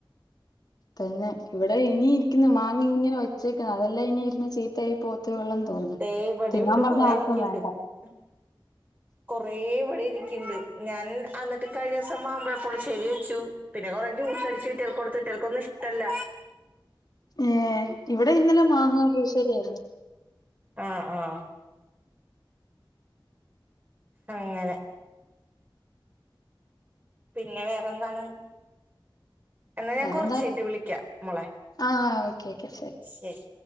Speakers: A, on the left; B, on the right.
A: തന്നെ ഇവിടെ ഇനി ഇരിക്കുന്നു മാങ്ങ ഇങ്ങനെ വെച്ചേക്കുന്നു അതെല്ലാം ഇനി ഇരുന്ന് ചീത്തയായി പോ ത്തേ ഉള്ളന്ന് തോന്നുന്നു
B: ദേ ഇവിടെയുണ്ട്
A: തിന്നാൻ പറഞ്ഞാ
B: കൊറേ
A: ആർക്കും
B: ഇരിക്ക്ണ്ട്
A: വേണ്ട
B: <inaudible> കൊറേ ഇവിടെ ഇരിക്ക്ണ്ട് ഞാൻ അന്നിട്ട് കഴിഞ്ഞ ദിവസം മാമ്പഴപുളിശ്ശേരി വെച്ചു പിന്നെ കൊറേ ജൂസടിച്ച് ഇവറ്റകൾക്ക് കൊടുത്ത് ഇവറ്റകൾക്കൊന്നും ഇഷ്ടല്ല
A: ഏഹ് ഇവിടെ ഇന്നലെ മാങ്ങാപുളിശ്ശേരി ആയിരുന്നു
B: ആഹ് ആഹ് അങ്ങനെ പിന്നെ വേറെന്താണ് എന്നാ ഞാൻ
A: വേറെന്താ
B: കൊറച്ച് കഴിഞ്ഞിട്ട് വിളിക്കാം മോളെ
A: ആഹ് ഓക്കെ ഓക്കെ
B: ശരി